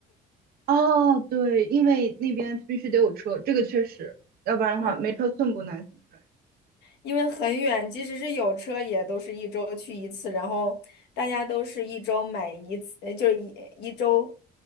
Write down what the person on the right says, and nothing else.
哦，对，因为那边必须得有车，这个确实，要不然的话没车寸步难行。
对，